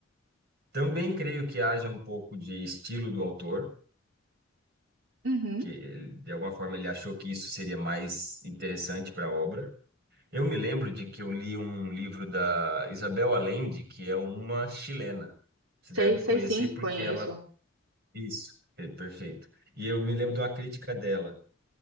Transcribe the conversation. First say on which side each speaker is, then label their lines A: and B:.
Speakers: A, on the right; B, on the right.
A: Também creio que haja um pouco de estilo do autor,
B: Uhum.
A: que ele- de alguma forma ele achou que isso seria mais interessante para a obra. Eu me lembro de que eu li um livro da Isabel Allende, que é uma chilena. Você
B: Sei,
A: deve
B: sei
A: conhecer
B: sim,
A: porque
B: conheço.
A: ela Isso, é, perfeito. E eu me lembro de uma crítica dela,